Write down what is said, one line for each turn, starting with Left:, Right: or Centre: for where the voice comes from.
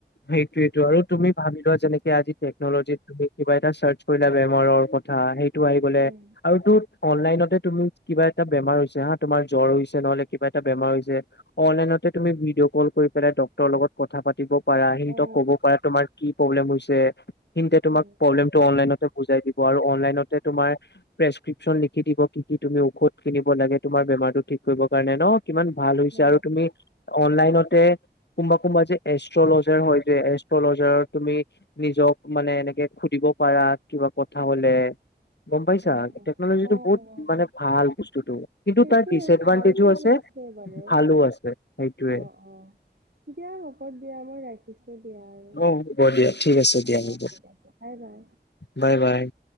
Left: সেইটোৱেইটো আৰু তুমি ভাবি লোৱা যেনেকে আজি টেকনলজিত তুমি কিবা এটা চাৰ্চ কৰিলা বে <unintelligible> <inaudible> ঘৰৰ কথা সেইটো আহি গ'লে
Right: উম
Left: আৰু <inaudible> অনলাইনতে তুমি কিবা এটা বেমাৰ হৈছে হা তোমাৰ জ্বৰ হৈছে নহলে কিবা এটা বেমাৰ হৈছে। <unintelligible> অনলাইনতে তুমি ভিডিঅ' কল কৰি পেলাই ডক্টৰৰ লগত কথা পাতিব <unintelligible> পাৰা সিহঁতক
Right: অ
Left: ক'ব পাৰা, তোমাৰ কি প্ৰব্লেম হৈছে। সিহঁতে তোমাক
Right: উম
Left: প্ৰব্লেমটো অনলাইনত <unintelligible> <unintelligible> বুজাই দিব আৰু অনলাইনতে তোমাৰ প্ৰেচক্ৰিপশ্যন লিখি দিব কি কি তুমি ঔষধ কিনিব লাগে। তোমাৰ বেমাৰটো ঠিক কৰিব কাৰণে ন'। <unintelligible> কিমান ভাল হৈছে
Right: অ
Left: আৰু তুমি অনলাইনত <unintelligible> <inaudible> কোনবা-কোনবা যে এষ্ট্ৰলজাৰ হয় যে এচ <inaudible> তলজাৰৰ তুমি নিজক মানে এনেকে সুধিব পাৰা কিবা কথা হ'লে। <unintelligible> গম পাইছা
Right: অ
Left: টেকনলজিটো
Right: অ
Left: বহুত
Right: অ',
Left: মানে
Right: অ'।
Left: ভাল বস্তুটো কিন্তু
Right: সেইটোৱে
Left: তাৰ ডিচএডভানটেজো
Right: ভালতো
Left: আছে।
Right: হৈছে বাৰু
Left: ভালো আছে সেইটোৱে।
Right: অ অ দিয়া হব দিয়া মই ৰাখিম পিছে দিয়া আৰু
Left: অ হ'ব দিয়া ঠিক আছে
Right: অ
Left: দিয়া হ'ব
Right: অ ঠিক আছে বাই বাই।
Left: Bye bye.